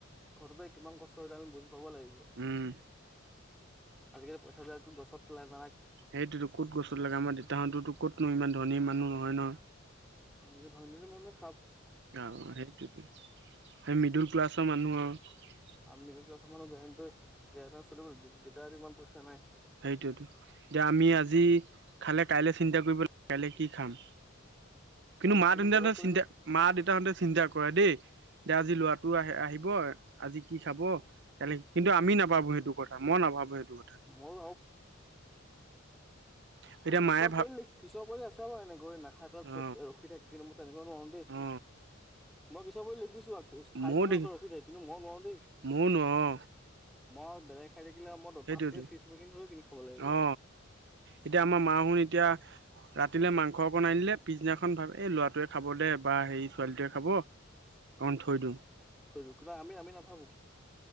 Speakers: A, in the centre; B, on the right (about 60°).
A: ঘৰটোযে কিমান কষ্ট হয় আমি বুজি কব লাগিব
B: উম
A: আজিকালি পইচা বিলাকটো গছত লাগে
B: সেইটোত কত গছত লাগে আমাৰ দেউতাহঁততো কতনো ইমান ধনী মানুহ নহয় ন
A: অ ই ধনীৰ মানুহ
B: অ সেইটোতো সেই মিডল ক্লাছৰ মানুহ আও। হুম। <unintelligible>
A: আমি মিডিল ক্লাছৰ মানুহ জ্ঞানেনটো ৱাগনৰ চলিবলৈ দেউতাৰ ইমান পইচা নাই। <unintelligible>
B: সেইটোৱেতো এতিয়া আমি আজি খালে কাইলৈ চিন্তা কৰিব লাগিব কাইলৈ কি খাম। কিন্তু
A: অ
B: মা তেন্তাহঁতৰ
A: বেলেগ কৰি
B: চিন্তা মা দেউতাহঁতে চিন্তা কৰে দেই, যে আজি লৰাটো আহে আহিব আজি কি খাব, কালি কিন্তু আমি নাভাবো সেইটো কথা মই নাভাবো সেইটো কথা।
A: মইও
B: এতিয়া
A: এ কিছুমান
B: মায়ে ভাব
A: পৰিয়ালে কিছুমান পৰিয়াল আছে আৰু এনেকৈ নাখাইকে থৈ
B: অ
A: দিয়ে ৰখি থাকে কিন্তু মোৰ তেনেকুৱা নোৱাৰো দেই
B: অ
A: মই কিছু তাৰপৰাই লিখিছো। <unintelligible> ঘোষ খাই
B: ময়ো
A: থাকিলে
B: দেখি
A: ওচৰত ৰখি থাকে, কিন্তু মই নোৱাৰো দেই।
B: ময়ো নোৱাৰো অ
A: মই বেলেগ। খাই থাকিলে মই ত
B: সেইটোৱেতো
A: পাঁচ টকাৰ চিপচপেকিং হলেও কিনি খাব লাগিব।
B: অ এতিয়া আমাৰ মাও এতিয়া ৰাতিলে মাংস অকণ আনিলে। পিছ দিনাখন ভাবে এই ল'ৰাটোৱে খাব দে বা সেই ছোৱালীটোৱে খাব অকন থৈ দিওঁ।
A: থৈদো কিবা আমি আমি নাভাবো।